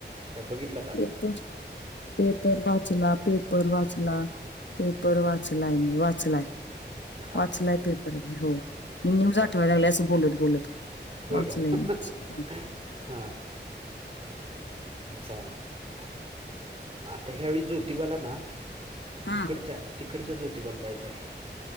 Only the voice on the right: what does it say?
बघित
हां,
बरं.
होय
का
हा चालतंय आता ह्यावेेळीस ज्योतिबाला ना
तिकडच्या तिकडच्या ज्योतिबाला जायचंय